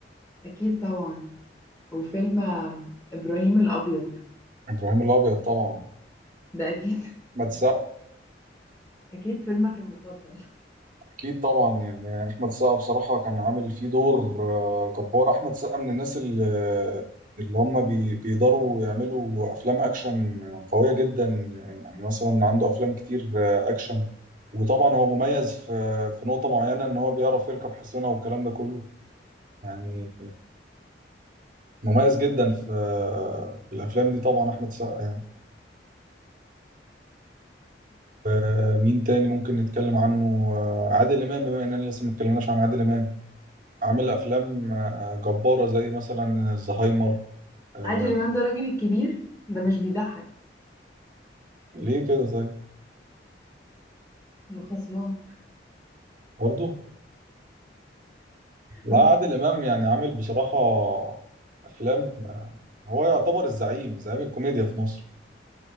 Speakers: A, on the left; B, on the right.
A: أكيد طبعا وفيلم آه، إبراهيم الأبيض
B: ابراهيم الابيض طبعا
A: ده أكيد <laughs>
B: احمد سقا
A: أكيد فيلمك المفضل <laughs>
B: أكيد طبعا يعني أحمد السقا بصراحة كان عامل فيه دور آه، جبار أحمد السقا من الناس اللي, اللي هم بي- بيقدروا يعملوا أفلام أكشن قوية جدا يعني مثلا عنده أفلام كتير آه، أكشن وطبعا هو مميز في في نقطة معينة إن هو بيعرف يركب حصينة والكلام ده كله يعني مميز جدا في في الأفلام دي طبعا أحمد السقا يعني آه، مين تاني ممكن نتكلم عنه آه، عادل إمام بما إننا لسه ما اتكلمناش عن عادل إمام عامل افلام آه، جباره زي مثلا الزهايمر آه،
A: عادل إمام ده راجل الكبير ده مش بيضحك
B: ليه كده طيب
A: مخصماه
B: برضه لا
A: ها
B: عادل امام يعني عامل بصراحه افلام هو يعتبر الزعيم زعيم الكوميديا في مصر